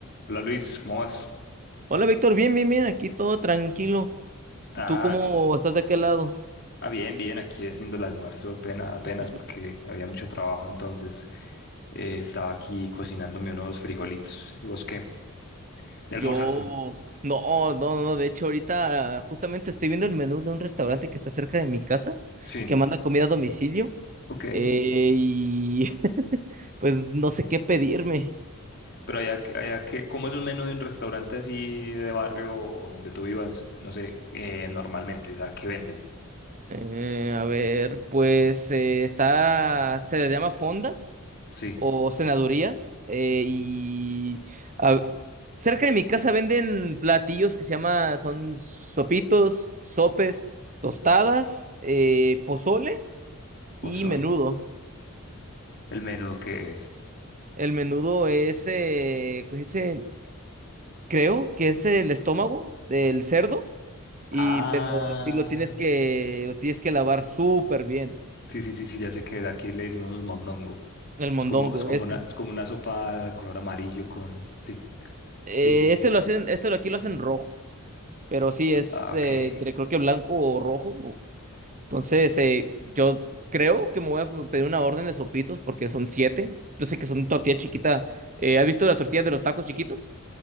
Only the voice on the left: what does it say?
Hola Luis, ¿cómo vas?
Ah,
ah, bien, bien, aquí haciendo el almuerzo apenas, apenas
porque había mucho trabajo, entonces eh, estaba aquí cocinándome unos frijolitos. ¿Y vos qué? ¿Ya
almorzaste?
Sí,
ok.
Pero allá, que- allá que, ¿cómo es un menú de un restaurante así de barrio o donde tú vivas? No sé, eh, normalmente, ¿a ¿Qué venden?
Sí,
pozole.
¿El menú qué es?
Ah.
Sí, sí, sí, sí, ya sé que de aquí le decimos mondongo.
Es
como, es como
una, es como una sopa de color amarillo con. Sí,
sí, sí, sí.
Ah,
ok.